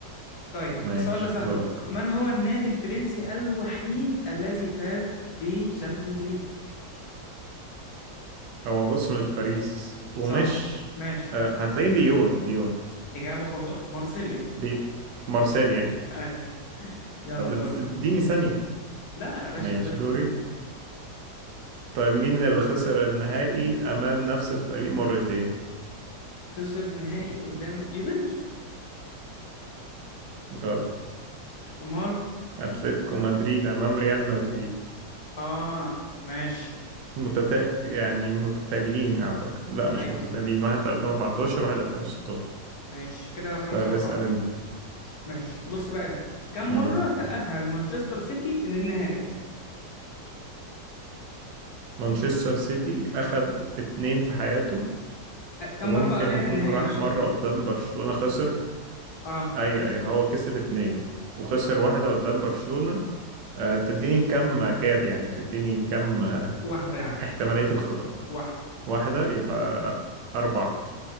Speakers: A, on the left (about 65°); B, on the right (about 85°).
A: طيب
B: ماشي
A: السؤال ده سهل
B: دورك
A: برضه من هو النادي الفرنسي الوحيد الذي فاز بتشامبيونز ليج
B: هو بص مش باريس ومش
A: صح ماشي
B: آه، هتلاقي ليون ليون
A: إجابة خاطئة مارسيليا
B: دي مارسيليا
A: أيوة يلا
B: طب
A: دورك
B: اديني ثانية
A: لا يا باشا
B: ماشي
A: غلطت
B: دوري طيب مين اللي خسر النهائي أمام نفس الفريق مرتين؟
A: خسر نهائي قدام يوفنتوس
B: غلط
A: أمال
B: أتلتيكو مدريد أمام ريال مدريد
A: آه ماشي
B: متت... يعني متتاليين أعتقد لا مش
A: ايوه
B: متتاليين
A: صح
B: واحد في 2014 وواحد 2016
A: ماشي كده خمسة
B: طيب
A: أربعة
B: اسأل أنت
A: ماشي بص بقى دي كم
B: مم.
A: مرة تأهل مانشستر سيتي للنهائي
B: مانشستر سيتي أخد اتنين في حياته
A: أ- كم
B: وممكن
A: مرة بقى لعب
B: يكون
A: النهائي
B: راح
A: مش
B: مرة
A: اتنين
B: قدام برشلونة خسر
A: اه
B: أيوة أيوة هو كسب اتنين وخسر واحدة قدام برشلونة أه تديني كم جاب يعني تديني كم آه،
A: واحدة يا عم
B: احتمالية الخطأ
A: واحدة
B: واحدة يبقى أربعة